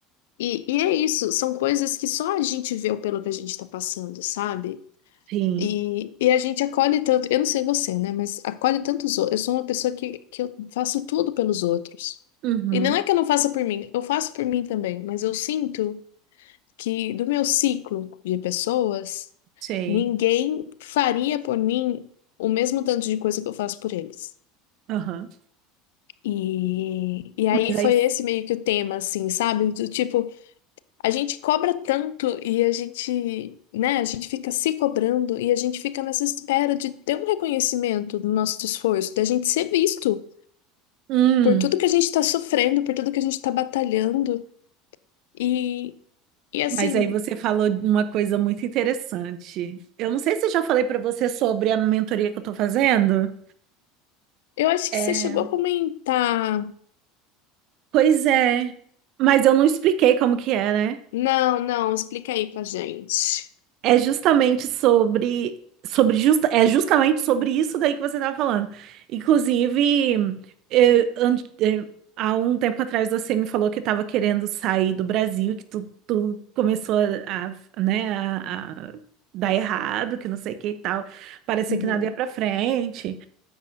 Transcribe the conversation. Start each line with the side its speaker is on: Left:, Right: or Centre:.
Left: e, e é isso, são coisas que só a gente vê o pelo que a gente tá passando, sabe?
Right: sim.
Left: E, e a gente acolhe tanto, eu não sei você, né? Mas acolhe tantos outros. Eu sou uma pessoa que, que eu faço tudo pelos outros.
Right: Uhum,
Left: E não é que eu não faça por mim, eu faço por mim também, mas eu sinto que do meu ciclo de pessoas,
Right: Sei.
Left: ninguém faria por mim o mesmo tanto de coisa que eu faço por eles.
Right: aham.
Left: E, e aí
Right: Mas
Left: foi
Right: aí.
Left: esse meio que o tema, assim, sabe? Do tipo. A gente cobra tanto e a gente, né, a gente fica se cobrando e a gente fica nessa espera de ter um reconhecimento do nosso esforço, da gente ser visto
Right: Hum.
Left: por tudo que a gente está sofrendo, por tudo que a gente está batalhando. E, e assim,
Right: Mas aí você falou de uma coisa muito interessante. Eu não sei se eu já falei para você sobre a mentoria que eu estou fazendo.
Left: eu acho
Right: É,
Left: que você chegou a comentar.
Right: pois é, mas eu não expliquei como que é, né?
Left: Não, não, explica aí pra gente.
Right: É justamente sobre, sobre justa, é justamente sobre isso daí que você estava falando. Inclusive, eh, an- eh, há um tempo atrás você me falou que estava querendo sair do Brasil, que tu, tu começou a, a, né, a, a dar errado, que não sei o que e tal. Parecia
Left: Uhum.
Right: que nada ia para frente.